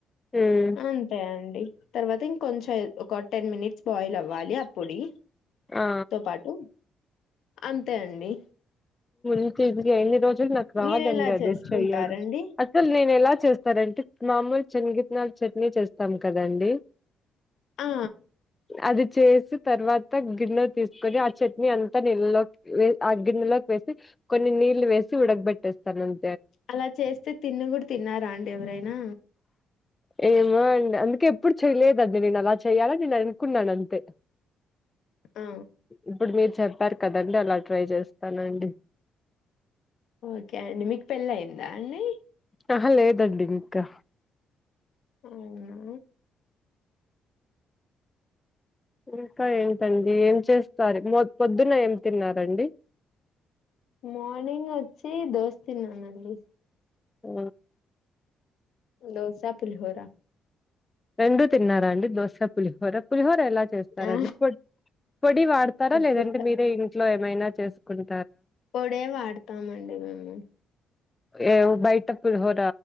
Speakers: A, on the left; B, on the left.
A: ఉమ్
B: అంతే అండి తర్వాత ఇంకొంచెం ఏ ఒక టెన్ మినిట్స్ బాయిల్ అవ్వాలి ఆ పొడి
A: ఆ
B: తో పాటు అంతే అండి
A: ఇంతిసిగా ఇన్ని రోజులు నాకు రాదండి
B: మీరు ఎలా
A: అది
B: చేసుకుంటారండి
A: చెయ్యడు అసలు నేను ఎలా చేస్తారంటే మామూలు చెన్నగితనాలు చట్నీ చేస్తాం కదండి
B: ఆ
A: అది చేసి తర్వాత గిన్నె తీసుకొని ఆ చట్నీ అంతా నీలలోకి వేస్ ఆ గిన్నెలో వేసి కొన్ని నీళ్లు వేసి ఉడకబెట్టేస్తానన్
B: అలా చేస్తే తిన్న కూడా తిన్నారా అండి ఎవరైనా
A: ఏమో అండి అందుకే ఎప్పుడు చెయ్యలేదండి నేను అలా చెయ్యాలని నేను అనుకున్నాను అంతే.
B: ఆ
A: ఇప్పుడు మీరు చెప్పారు కదండి అలా ట్రై చేస్త్ స్తాను అండి
B: ఓకే అండి మీకు పెళ్ళై అయిందా అండి.
A: ఆహా లేదండి ఇంకా.
B: అవునా
A: ఇంకా ఏంటండి ఏం చేస్తారు మొద్ పొద్దున్నా ఏం తిన్నారండి.
B: మార్నింగ్ వచ్చీ దోశ తిన్నానండి.
A: ఆ
B: దోశా, పులిహోరా.
A: రెండూ తిన్నార అండి దోశా, పులిహోర పులిహోర్ రా ఎలా చేస్తారండి
B: ఆ
A: పొడ్ పొడి వాడుతారా
B: ఉప్పిట
A: లేదంటే మీరే ఇంట్లో ఏమైనా చేసుకుంట్
B: పొడే వాడతామండి మేము.
A: ఏవ్ బయట పులిహోర్